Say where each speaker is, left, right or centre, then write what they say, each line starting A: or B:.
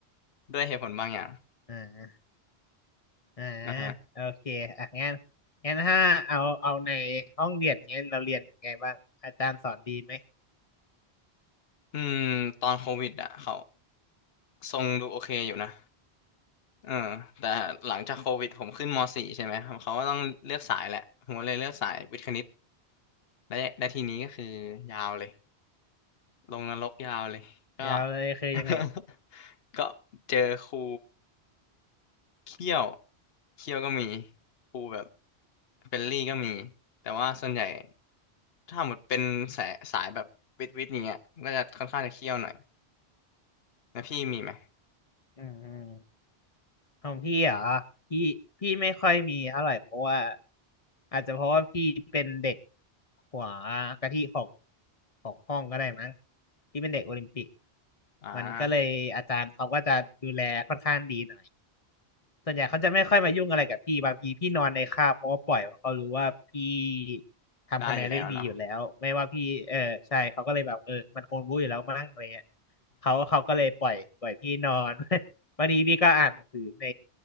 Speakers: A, on the left; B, on the left.
A: ด้วยเหตุผลบางอย่าง
B: อ่า อ่า
A: อ่าฮะ
B: โอเคอ่ะงั้นงั้นถ้าเอาเอาในห้องเรียนเงี้ยเราเรียนยังไงบ้างอาจารย์สอนดีไหม
A: อืมตอนโควิดอ่ะเขาทรงดูโอเคอยู่นะเออแต่หลังจากโควิดผมขึ้นม .4 ใช่ไหมครับเขาก็ต้องเลือกสายแหละผมก็เลยเลือกสายวิทย์คณิตและและทีนี้ก็คือยาวเลย ลงนรกยาวเลย ก็
B: ยาวเลยคือยังไง
A: <laughs> ก็เจอครูเคี่ยวเคี่ยวก็มีครูแบบเฟรนลี่ก็มี แต่ว่าส่วนใหญ่ถ้าหมดเป็นสายสายแบบวิทย์วิทย์เนี้ยมันก็จะค่อนข้างจะเคี่ยวหน่อยแล้วพี่มีไหม
B: อืมอืมของพี่เหรอพี่พี่ไม่ค่อยมีเท่าไหร่เพราะว่าอาจจะเพราะว่าพี่เป็นเด็กหัวกะทิของของห้องก็ได้มั้งพี่เป็นเด็กโอลิมปิก
A: อ่า
B: มันก็เลยอาจารย์เขาก็จะดูแลค่อนข้างดีหน่อย ส่วนใหญ่เขาจะไม่ค่อยมายุ่งอะไรกับพี่บางทีพี่นอนในคาบเขาก็ปล่อยเพราะเขารู้ว่าพี่ทำคะแนนได้ดีอยู่แล้วไม่ว่าพี่เออใช่เขาก็เลยแบบเออมันคงรู้อยู่แล้วมั้งอะไรเงี้ย
A: ได้อยู่แล้วเนาะ
B: เขาเขาก็เลยปล่อยปล่อยพี่นอน <laughs> วันนี้พี่ก็อ่านหนังสือใน